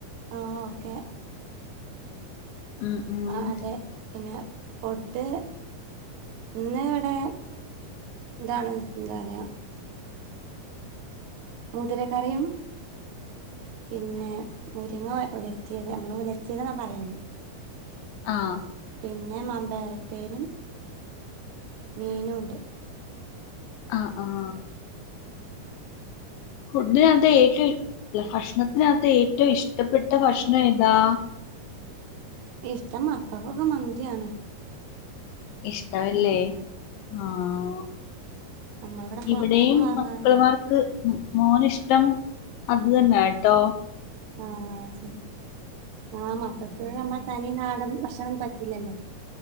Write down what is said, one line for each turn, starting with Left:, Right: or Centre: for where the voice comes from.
Right: ആഹ് ഓക്കെ
Left: ഉം ഉം
Right: ആഹ് അതെ പിന്നെ പുട്ട് ഇന്ന് ഇവിടെ ഇതാണ് എന്താ പറയാ മുതിരക്കറിയും പിന്നെ മുരിങ്ങ ഒലത്തിയത് നമ്മള് ഒലച്ചിയത്‌ എന്ന പറയല്
Left: ആഹ
Right: പിന്നെ മാമ്പേറുപ്പേരിയും മീനുണ്ട്
Left: ആഹ് ആഹ ഫുഡിനകത്ത് ഏറ്റവുംല്ല ഭക്ഷണത്തിനകത്ത് ഏറ്റവും ഇഷ്ടപ്പെട്ട ഭക്ഷണ ഏതാ
Right: ഇഷ്ടം മക്കക്കൊക്കെ മന്തിയാണ്
Left: ഇഷ്ടവല്ലേ
Right: ഞാൻ
Left: ആഹ്
Right: നമ്മളിവിടെ പുറത്തൊന്നും
Left: ഇവിടെയും
Right: വാങ്ങാറില്ല
Left: മക്കള്മാർക്ക് മോനിഷ് ടം അത് തന്നെ ആയി ട്ടോ
Right: ആഹ് ഉം ആമ ക്കത്ത് നമ്മ തനി നാടൻ ഭക്ഷണം പറ്റില്ലല്ലോ